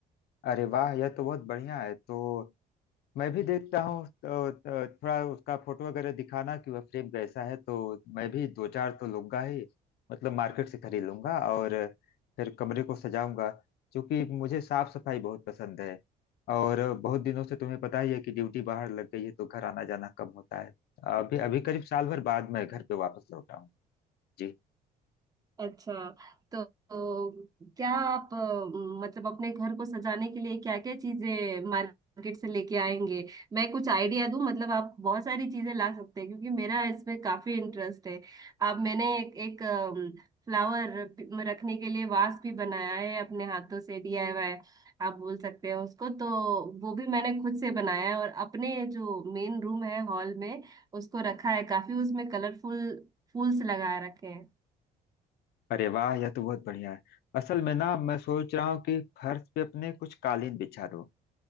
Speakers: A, on the left; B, on the right.
A: अरे वाह यह तो बहुत बढ़िया है तो मैं भी देखता हूँ तो, तो थोड़ा उसका फोटो वगैरह दिखाना कि वह फ्रेम कैसा है तो मैं भी दो चार तो लूंगा ही मतलब मार्केट से खरीद लूंगा और फिर कमरे को सजाऊंगा क्योंकि मुझे साफ सफाई बहुत पसंद है और बहुत दिनों से तुम्हें पता ही है कि ड्यूटी बाहर लग गई है तो घर आना जाना कम होता है अभी अभी करीब साल भर बाद मैं घर पे वापस लौटा हूँ जी
B: अच्छा तो, तो क्या आप अ, मतलब अपने घर को सजाने के लिए क्या क्या चीजें मार्केट से लेके आएंगे मैं कुछ आइडिया दूं मतलब आप बहुत सारी चीजें ला सकते हैं क्योंकि मेरा इसमें काफी इंटरेस्ट है अब मैंने एक, एक फ्लावर रखने के लिए वास भी बनाया है अपने हाथों से डीआईवाई आप बोल सकते हैं उसको तो वो भी मैंने खुद से बनाया है और अपने जो मेन रूम है हॉल में उसको रखा है काफी उसमें कलरफुल फूल्स लगा रखे हैं
A: अरे वाह यह तो बहुत बढ़िया है असल में ना मैं सोच रहा हूँ कि फर्श पे अपने कुछ कालीन बिछा दूं